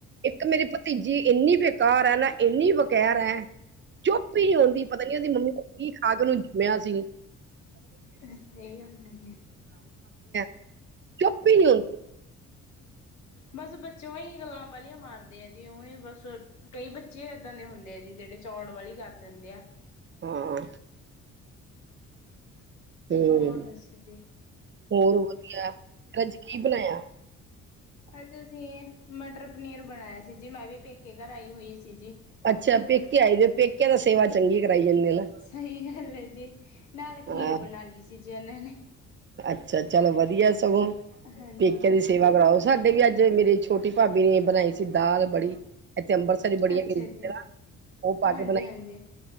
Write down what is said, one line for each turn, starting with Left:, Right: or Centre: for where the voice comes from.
Right: ਇੱਕ ਮੇਰੀ ਭਤੀਜੀ ਇੰਨੀ ਕਾਰ ਐ ਨਾ ਏਨੀ ਬਾਕੈਰ ਐ, ਚੁੱਪ ਈ ਨੀ ਹੋਂਦੀ ਪਤਾ ਨੀ ਉਹਦੀ ਮੰਮੀ ਨੇ ਕੀ ਅੱਗ ਨੂੰ ਜਮਿਆ ਸੀ
Left: ਸਹੀ ਗੱਲ ਹੈ ਜੀ
Right: <inaudible> ਚੁੱਪ ਈ ਨੀ ਹੋਂ
Left: ਬਸ ਬੱਚੇ ਓਂਈ ਗੱਲਾਂ ਬਾਲੀਆਂ ਮਾਰਦੇ ਆ ਜੀ ਓਂੲ ਬਸ ਕਈ ਬੱਚੇ ਏਦਾਂ ਦੇ ਹੁੰਦੇ ਆ ਜੀ ਜੇੜੇ ਚੌਂੜ ਬਾਲੀ ਕਰਦੇ ਹੁੰਦੇ ਆ।
Right: ਹਾਂ ਤੇ,
Left: ਹੋਰ ਦੱਸੋ ਜੀ
Right: ਹੋਰ ਵਦੀਆ, ਅੱਜ ਕੀ ਬਣਾਇਆ?
Left: ਅੱਜ ਅਸੀਂ, ਮਟਰ ਪਨੀਰ ਬਨਾਇਆ ਸੀ ਜੀ ਮੈਂ ਵੀ ਪੇਕੇ ਘਰ ਆਈ ਹੋਈ ਸੀ ਜੀ।
Right: ਅੱਛਾ, ਪੇਕੇ ਆਏ ਜੇ ਪੇਕੇ ਦਾ ਸੇਵਾ ਚੰਗੀ ਕਰਾਈ ਜਾਂਨੇ ਨਾ।
Left: ਸਹੀ ਗੱਲ ਹੈ ਜੀ, ਨਾਲ ਖੀ
Right: ਹਾਂ
Left: ਬਣਾਲੀ ਸੀ ਜੇ ਓਨਾਂ ਨੇ।
Right: ਅੱਛਾ, ਚਲ ਵਦੀਆ ਸਗੋਂ
Left: ਹਾਂਜੀ
Right: ਪੇਕਿਆ ਵਾ ਕਰਾਓ ਸਾਡੇ ਵੀ ਅੱਜ ਮੇਰੇ ਛੋਟੇ ਭਾਬੀ ਨੇ ਬਣਾਈ ਸ ਦਾਲ ਬੜੀ, ਇੱਥੇ ਅੰਮਬਰਤਸਰੀ ਬੜੀਆ
Left: ਅੱਛਾ
Right: ਮਿਲ ਦੀਆਂ
Left: ਜੀ
Right: ਨਾ, ਉ ਪਾ
Left: ਹਾਂਜੀ
Right: ਕੇ ਬਣਾ
Left: ਹਾਂਜੀ